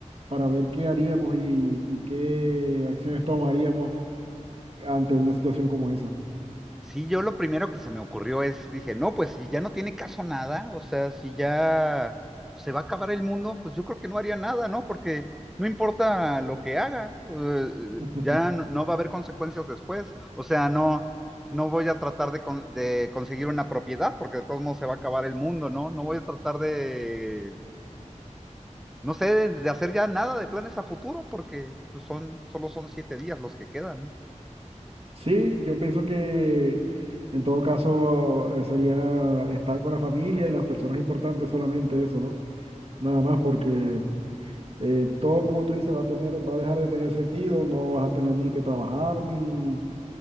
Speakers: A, on the right; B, in the centre.
A: para ver qué haríamos y, y qué acciones tomaríamos ante una situación como esa.
B: Sí, yo lo primero que se me ocurrió es, dije, no, pues si ya no tiene caso nada, o sea, si ya se va a acabar el mundo, pues yo creo que no haría nada, ¿no? Porque no importa lo que haga, eh,
A: <laughs>
B: ya no, no va a haber consecuencias después, o sea, no, no voy a tratar de, con- de conseguir una propiedad, porque de todos modos se va a acabar el mundo, ¿no? No voy a tratar de, no sé, de hacer ya nada de planes a futuro, porque pues, son, solo son siete días los que quedan. ¿no?
A: Sí, yo pienso que en todo caso eh, sería estar con la familia y las personas importantes solamente eso, ¿no? Nada más porque eh, todo como tú dices va a tener, va a dejar de tener sentido, no vas a tener ni que trabajar ni,